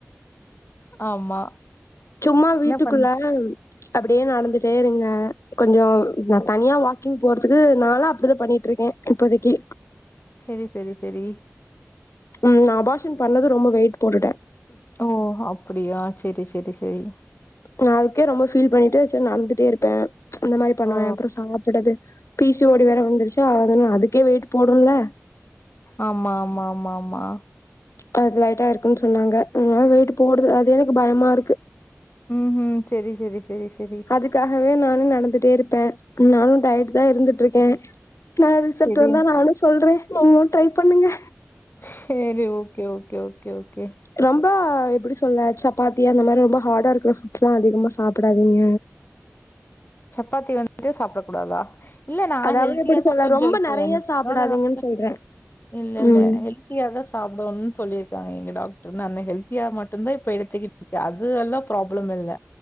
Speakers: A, on the left; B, on the left.
A: ஆமா
B: சும்மா வீட்டுக்குள்ள
A: பண்ண
B: அப்டியே நடந்துட்டே இருங்க கொஞ்சோ நா தனியா வாக்கிங் போறதுக்கு நாளா அப்டிதா பண்ணிட்டு இருக்கே இப்போதைக்கு
A: செரி செரி செரி
B: ம் நா அபாஷன் பண்ணது ரொம்ப வெயிட் போட்டுட்டே
A: ஓ அப்டியா செரி செரி சேரி
B: நா அதுக்கே ரொம்ப ஃபீல் பண்ணிட்டு சே நடந்துட்டே இருப்பே அந்த மாரி பண்ணுவே
A: ஓ
B: அப்றோ சாப்றது பீ சி ஓ டி வேற வந்துருச்சு அது அதுக்கே வெயிட் போடும்ல
A: ஆமா ஆமா ஆமா ஆமா
B: அது லைட்டா இருக்குன்னு சொன்னாங்க அதனால வெயிட்டு போடுது அதுவே எனக்கு பயமா இருக்கு
A: ம்ஹும் செரி செரி செரி செரி
B: அதுக்காகவே நானு நடந்துட்டே இருப்பே நானு டயட் தா இருந்துகிட்டு இருக்கே நல்ல ரிசல்ட்
A: செரி
B: வந்தா நானு சொல்றே நீங்களு ட்ரை பண்ணுங்க
A: சேரி ஓகே ஓகே ஓகே ஓகே
B: ரொம்ப எப்டி சொல்ல சப்பாத்தி அந்த மாரி ரொம்ப ஹாடா இருக்ற புட் எல்லா அதிகமா சாப்டாதீங்க
A: சப்பாத்தி வந்து சாப்டக் கூடாதா இல்ல நா
B: அதாவது
A: ஹெல்த்தியா
B: எப்டி
A: தா
B: சொல்ல
A: கொஞ்சோ
B: ரொம்ப
A: இப்போ
B: நெறைய
A: என்
B: சாப்டாதீங்கன்னு
A: என்னோட டாக்ரூ
B: சொல்றே
A: இல்ல
B: ம்
A: இல்ல ஹெல்த்தியா தா சாப்டும்னு சொல்லியிருக்காங்க எங்க டாக்டர் நானு ஹெல்தியா மட்டும்தா இப்ப எடுத்துக்கிட்டு இருக்கே அது எல்லாம் ப்ராப்ளம் இல்ல